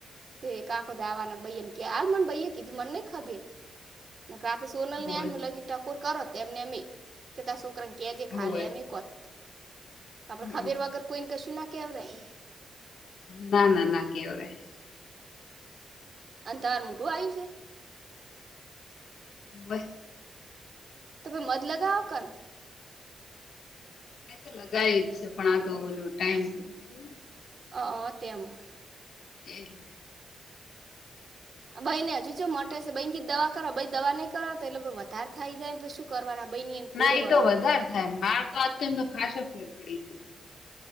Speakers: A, on the right; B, on the left.
A: તે કાખ જ આવાના ભાઈ એમ ક હાલ મને ભાઈ. ધું મને ન ખબેર નખ રાતે સોનલને
B: હોવે
A: આ લ ટકોર કરો એમને એમ કે ત શુકરાણ કેજી
B: હોવે
A: ખાલી એમ કોત આપડ
B: હમ્મ
A: ખબેર વગર કોઈને કશું ના કેવાય.
B: ના ના ના કેવાય.
A: અંધાર મોટું આવ્યું છે.
B: હોવે.
A: તો મધ લગાવો કોન
B: એ તો લગાવ જ છે પણ આ તો ટાઈમ પૂરો થાયને
A: હ હ તેમાં
B: એલે
A: ભાઈ ને હજુ જો મોટે છે ભઈ કી દવા કરાવો ભઈ દવા નઈ કરાવો તો એટલે વધારે થાઇ જાય શું કરવાના બઈની એને
B: ના
A: કુડે એમ
B: એતો વધારે થાય માર તો અત્ય તો ખાસો ફેર પડી ગયો.